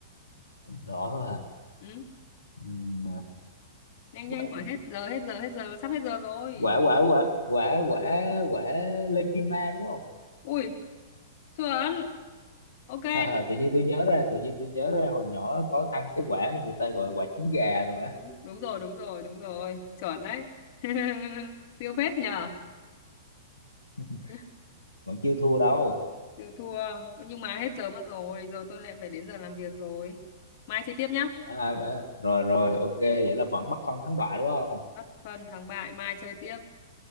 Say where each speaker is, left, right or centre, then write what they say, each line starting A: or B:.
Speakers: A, on the left (about 80°); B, on the left (about 45°).
A: đỏ thôi hả
B: ừ.
A: ừ,
B: nhanh
A: quả
B: nhanh khỏi hết giờ hết giờ hết giờ sắp hết giờ rồi
A: quả quả quả quả quả quả Lekima đúng không <laughs>
B: ui chuẩn ok
A: Hờ, tự nhiên tôi nhớ ra tự nhiên tôi nhớ ra hồi nhỏ có ăn cái quả mà người ta gọi quả trứng gà rồi á
B: đúng đúng rồi đúng rồi đúng rồi chuẩn đấy <laughs> siêu phết nhờ
A: <laughs>
B: <laughs>
A: vẫn chưa thua đâu
B: chưa thua nhưng mà hết giờ mất rồi giờ tôi lại phải đến giờ làm việc rồi mai chơi tiếp nhá
A: à, à, rồi rồi ok vậy là vẫn bắt phân thắng bại đúng không
B: bất phân thắng bại mai chơi tiếp